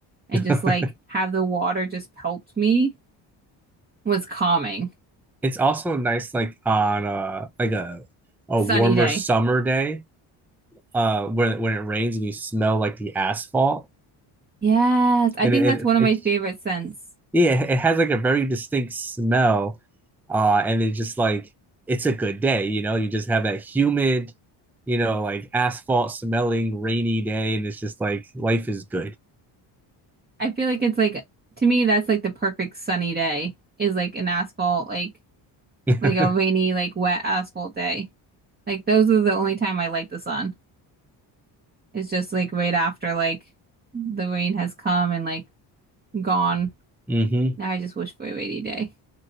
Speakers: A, on the right (about 20°); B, in the centre.
A: and
B: <laughs>
A: just like have the water just pelt me was calming.
B: it's also nice like on uh like a a
A: Sunny
B: warmer
A: day.
B: summer day uh when when it rains and you smell like the asphalt
A: Yes, I
B: and
A: think
B: it,
A: that's
B: it
A: one
B: it's
A: of my favorite scents.
B: yeah, it has like a very distinct smell. Uh, and it's just like it's a good day, you know. You just have that humid, you know, like asphalt smelling rainy day, and it's just like life is good.
A: I feel like it's like to me that's like the perfect sunny day is like an asphalt like
B: <laughs>
A: like a rainy like wet asphalt day. Like those are the only time I like the sun. It's just like right after like the rain has come and like gone.
B: Mm-hmm.
A: Now I just wish for a rainy day.